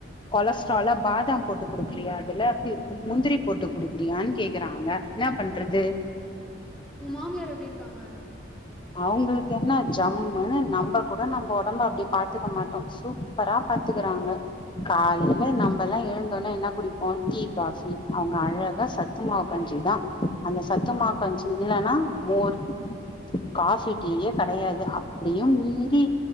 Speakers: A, on the left; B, in the centre.
A: கொலஸ்ட்ராலா பாதாம் போட்டு கொடுக்குறியா அதுல முந்திரி போட்டு குடுக்கிறியான்னு கேக்குறாங்க என்ன பண்றது
B: ஊன் மாமியார் எப்டி இருக்காங்க
A: அவங்களுக்கு என்ன ஜம்முன்னு நம்ப கூட நம்ம ஒடம்ப அப்டி பாத்துக்க மாட்டோ சுப்பரா பாத்துக்கறாங்க காலைல நம்ம எழுந்தோனே என்ன குடிப்போம் தீ காபி அவங்க அழ சத்துமாவு கஞ்சி தான் அந்த சத்துமாவு கஞ்சி இல்லனா மோர் காஃபி டீ யே கிடையாது அப்டியும் மீறி